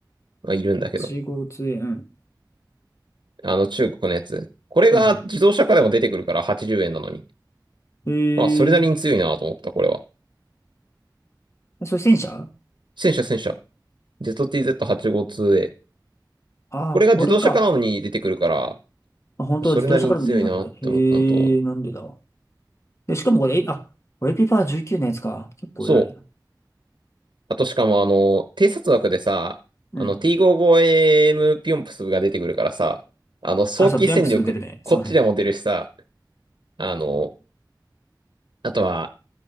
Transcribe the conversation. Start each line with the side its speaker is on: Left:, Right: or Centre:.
Right: まあ、いるんだけど。
Left: 8号杖、うん。
Right: あの、中国のやつ。これが自動車化でも出てくるから80円なのに。
Left: うん。へえ。
Right: まあ、それなりに強いなと思った、これは。
Left: あそれ戦車
Right: 戦車戦車。ZTZ852A。
Left: ああー、
Right: これが自動車化なのに出てくるから、
Left: これか。あ、本当は自動車から見てるじゃん、
Right: それなりに強いなって思ったのと。
Left: これ。へえ、なんでだ。で、しかもこれ、えあ、これエピパー19のやつか。結構偉いな。
Right: そう。あとしかもあの、偵察枠でさ、
Left: うん。
Right: あの T55AM ピョンプスが出てくるからさ、あの、早期戦力こっちでも出るしさ、
Left: あ、そう、ピャンプス出るね。そうね。
Right: あの、あとは、